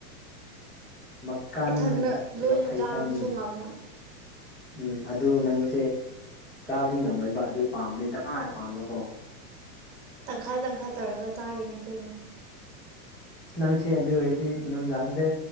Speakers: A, in the centre; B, on the right.
A: ꯃꯀꯟ
B: ꯏꯊꯟꯗ ꯂꯣꯏꯅ
A: ꯃꯐꯩꯒꯟ
B: ꯆꯥꯕꯁꯨ ꯉꯝꯃꯣꯏ
A: ꯎꯝ ꯑꯗꯨ ꯅꯪꯁꯦ ꯆꯥꯕꯗꯤ ꯉꯝꯃꯣꯏꯕ ꯑꯗꯨ ꯄꯥꯝꯕꯗꯤ ꯗꯃꯥ ꯄꯥꯝꯕꯀꯣ
B: ꯇꯪꯈꯥꯏ ꯇꯪꯈꯥꯏ ꯇꯧꯔꯒ ꯆꯥꯔꯤꯅꯦ ꯀꯩꯅꯣ
A: ꯅꯪꯁꯦ ꯑꯗꯨ ꯑꯣꯏꯔꯗꯤ ꯅꯨꯡꯗꯥꯡꯗ